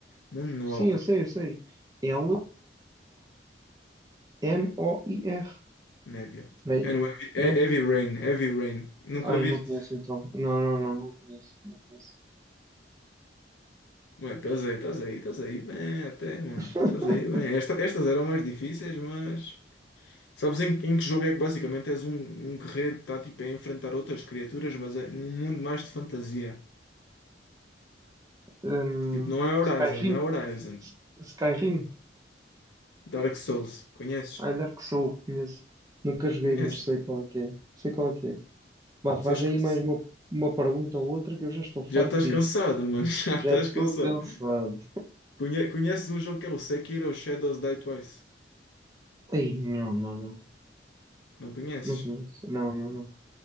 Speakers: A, on the left; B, on the right.
A: Mundo Noir,
B: Sim, eu sei, eu sei. l a n o i r
A: Népia.
B: Bem,
A: É no Heavy, é
B: não?
A: Heavy Rain, Heavy Rain. Nunca
B: Ai,
A: viste?
B: não conheço então. Não, não, não, não conheço, não conheço.
A: Mano, estás aí, estás aí, estás aí bem até, mano.
B: <laughs>
A: Estás aí bem. Esta- estas eram mais difíceis, mas... Sabes em, em que jogo é que basicamente és um, um guerreiro que está tipo a enfrentar outras criaturas, mas é num mundo mais de fantasia.
B: Hum,
A: Tipo, não é Horizon,
B: Skyrim,
A: não é Horizon.
B: Skyrim.
A: Dark Souls, conheces?
B: Ai, Dark Souls, conheço. Nunca joguei,
A: Conheces?
B: mas sei qual é que é. Sei qual é que é. Bah, faz
A: Sabes,
B: aí mais uma, uma pergunta ou outra que eu já estou farto
A: Já estás
B: disto.
A: cansado, mano. <laughs> Já estás
B: Já estou
A: cansado.
B: cansado.
A: Conhe- conheces um jogo que é o Sekiro Shadows Die Twice?
B: Ai, não, não, não.
A: Não conheces?
B: Não conheço. Não, não, não.